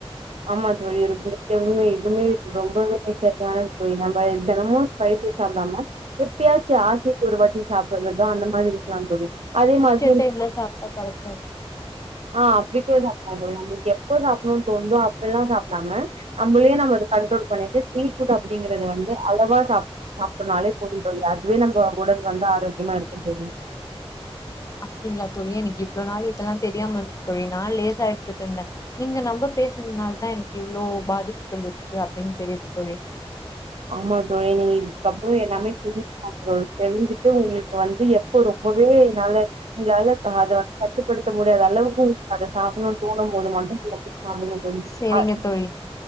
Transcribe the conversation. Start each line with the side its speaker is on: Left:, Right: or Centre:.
Right: ஆமா தோழி இருக்கு எதுமே எதுவுமே ரொம்பவே விஷயத்த <unintelligible> நம்ப தெனமோ ஸ்பை சாப்டாம எப்பயாச்சு ஆசைக்கு ஒருவாட்டி சாப்புடுறது அந்த மாதிரி இருக்கலா தோழி அதே மாதிரி
Left: டைம்ல சாப்ட்டா கரெக்டா த்
Right: அ அப்லிக்கே சாப்ளா தோழி உங்களுக்கு எப்போ சாப்ணுன்னு தோணுதோ அப் பல்லா சாப்டாம நம்மளே நம்ம அத கண்ட்ரோல் பண்ணிட்டு ஸ்ட்ரீட் ஃபுட் அப்டிங்கறது வந்து அளவா சாப் சாப்புட்னாலே போது தோழி அதுவே நம்போ ஒடல் வந்து ஆரோக்கியமா இருக்கு தோழி
Left: அப்டிங்களா தோழி எனக்கு இவ்ளோ நாள் இதெல்லா தெரியாமிருந்த தோழி நா லேசா எடுத்துட்ருந்த நீங்க லம்ப பேசறதுனால் தா எனக்கு இவ்வளவு பாதிப்புகள் இருக்கு அப்டின்னு தெரியுது தோழி
Right: ஆமா ஜோ நீங்க இதுக்கப்புறோ எல்லாமே தெரி்ஞ்சி சாப்புட்னோ தெரிஞ்சிட்டு உங்களுக்கு வந்து எப்போ ரொம்பவே உன்னால உங்களால அத வந்து கட்டுப்படுத்த முடியாத அளவுக்கு அத சாப்புட்ணன்னு தோணும் போது மட்டு சாப்டுங்க தோழி
Left: சேரிங்க
Right: அத்
Left: தோழி